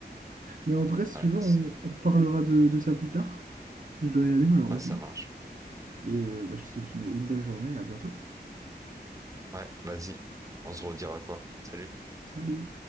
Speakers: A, on the right; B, on the right.
A: Mais en tout cas, si
B: Ouais,
A: tu veux, on,
B: c'est-
A: on reparlera de, de ça plus tard. Je dois y aller, malheureusement.
B: ah, ça marche.
A: Et euh, bah, je te souhaite une une belle journée, à bientôt.
B: Ouais, vas-y. On se redira quoi? Salut.
A: Salut!